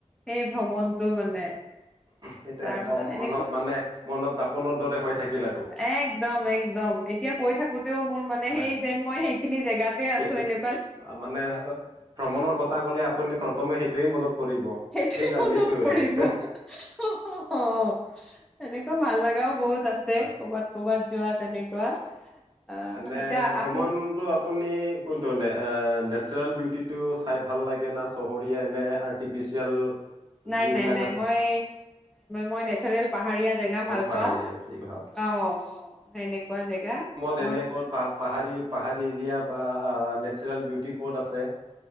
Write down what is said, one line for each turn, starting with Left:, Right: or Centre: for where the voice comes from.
Centre: এই ভ্ৰৱন। তাৰপিছত
Right: সেইটো একদম
Centre: এনেকুৱা
Right: মনত মানে মনত দাপোনৰ দৰে হৈ থাকিল আৰু
Centre: একদম একদম এতিয়া কৈ থাকোতেও মোৰ মানে
Right: হয়
Centre: সেই যেন মই সেইখিনি জেগাতে
Right: কেতিয়া
Centre: আছো এনে।
Right: মানে ভ্ৰমণৰ কথা কলে আপুনি প্ৰথমেই। এইটেই মনত পৰিব
Centre: সেইটোৱে
Right: সেই জানটয়ে।
Centre: মনত পৰিব এনেকুৱা ভাল লগাও বহুত আছে
Right: হয়।
Centre: কৰ'বাত কৰ'বাত যোৱা তেনেকুৱা। আহ
Right: এনে
Centre: এতিয়া
Right: ভ্ৰমণতটো
Centre: আপ
Right: আপুনি কোনটো নে নেচাৰেল বি। কূুৰ্তিটো চাই ভাল লাগে না চহৰি এনে আৰ্টিফিচিয়েল।
Centre: নাই
Right: যিবিলাক
Centre: নাই নাই
Right: আছে
Centre: মই মই নেচাৰেল পাহাৰীয়া জেগা ভাল
Right: পাহাৰীয়া
Centre: পাওঁ
Right: আছে ভাল
Centre: অ অ সেনেকুৱা জেগা। অকমান
Right: তেনেকত প পাহাৰী পাহাৰী এৰিয়া। বা নেচাৰেল বিউটি ক'ত আছে।